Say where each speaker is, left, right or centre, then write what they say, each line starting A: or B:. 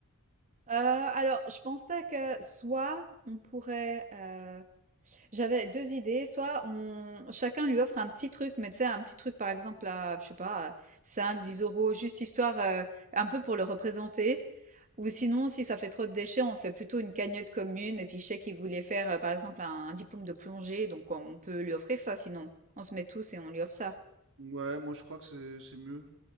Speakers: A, on the right; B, on the right.
A: Heu, alors je pensais que soit on pourrait, heu, j'avais 2 idées, soit on chacun lui offre un petit truc, mais tu sais un petit truc par exemple à je sais pas, à 5-10 € juste histoire, heu, un peu pour le représenter ou sinon si ça fait trop de déchets, on fait plutôt une cagnotte commune et puis je sais qu'il voulait faire, heu, par exemple un un diplôme de plongée donc on peut lui offrir ça sinon. On se met tous et on lui offre ça.
B: Ouais, moi je crois que c'est c'est mieux.